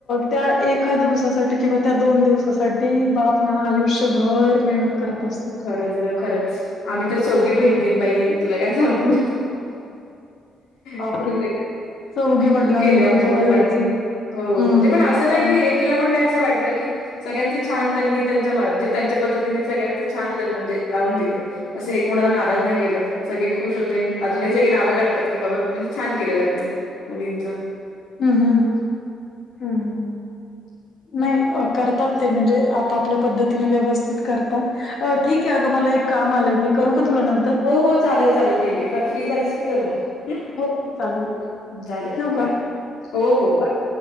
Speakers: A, on the left (about 55°); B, on the left (about 90°).
A: त्या एका दिवसासाठी किंवा त्या दोन दिवसासाठी बापणा आयुष्यभर मेहनत करत असतो <inaudible>
B: <inaudible> खरंच ग खरंच आम्ही तर चौघी बहिणी आहेत बाई तुला काय सांगू
A: बापरे
B: <inaudible> एवढ
A: चौघी म्हटल्यानंतर
B: खूप केलं आमच्या
A: थोडं
B: पप्पांनी
A: हेच आहे.
B: <inaudible> हो
A: हम्म
B: म्हणजे पण असं नाही की
A: हम्म
B: एक पण नाही असं वाटलं की <inaudible> सगळ्यांच छान त्यांनी त्यांच्याे त्यांच्या पद्धतीने सगळ्यां <inaudible> त छान लग्न म्हणजे लावून दिले <inaudible> असे एक क कोणाला नाराज नाही केलं सगळे खुश होते अजूनही सगळे नावं काढ की बाबा म्हणजे छान केल्या लग्न मुलींच <inaudible>
A: हम्म <inaudible> हम् हम हम्
B: <inaudible>
A: नाही करतात ते म्हणजे आपापल्या पद्धतीने व्यवस्थित करतात ठीक आहे अगं मला एक <inaudible> काम आलं मी करू का तुला नंतर?
B: हो हो चालेल चालेल ठीक आहे कर फ्री झालीस की कर मग <inaudible> हम्
A: हो, हो, चालेल.
B: चालेल
A: ठेवू का?
B: बाय हो हो बाय.